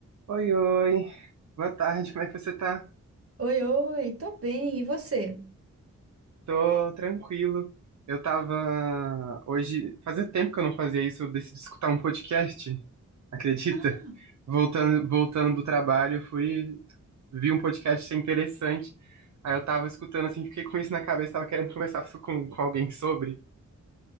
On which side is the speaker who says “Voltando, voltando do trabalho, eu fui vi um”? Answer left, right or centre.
Right